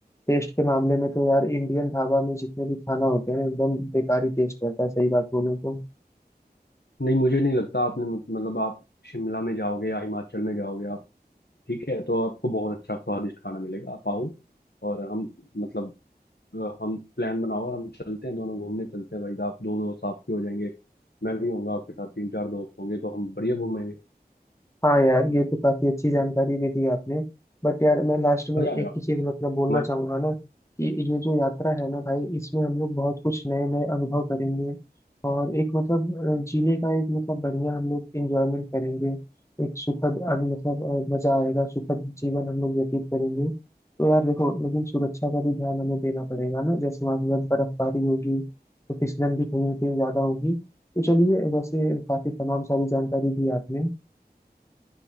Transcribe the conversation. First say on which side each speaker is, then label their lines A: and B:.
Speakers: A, on the left; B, on the left.
A: टेस्ट के मामले में तो यार इंडियन ढाबा में जितने भी खाना होते हैं ना एकदम बेकार ही टेस्ट रहता है सही बात बोलूं तो
B: नहीं मुझे नहीं लगता आपने मत- मतलब आप शिमला में जाओगे या हिमाचल में जाओगे आप ठीक है तो आपको बहुत अच्छा स्वादिष्ट खाना मिलेगा आप आओ और हम मतलब अ, हम प्लान बनाओ और हम चलते हैं दोनों घूमने चलते हैं भाई आप दो दोस्त आपके हो जाएंगे मैं भी होऊंगा आपके साथ तीन चार दोस्त होंगे तो हम बढ़िया घूमेंगे
A: हाँ यार ये तो काफी अच्छी जानकारी भी दी आपने बट यार मैं लास्ट में
B: मजा
A: एक
B: आएगा
A: ही चीज मतलब बोलना
B: म-
A: चाहूंगा ना कि ये जो यात्रा है ना भाई इसमें हम लोग बहुत कुछ नए नए अनुभव करेंगे और एक मतलब अ, जीने का एक मतलब बढ़िया हम लोग एंजॉयमेंट करेंगे एक सुखद अभी मतलब अ, मजा आएगा सुखद जीवन हम लोग व्यतीत करेंगे तो यार देखो लेकिन सुरक्षा का भी ध्यान हमें देना पड़ेगा ना जैसे वहाँ पर बर्फबारी होगी तो फिसलन भी कहीं ना कहीं ज्यादा होगी तो चलिए वैसे काफी तमाम सारी जानकारी दी आपने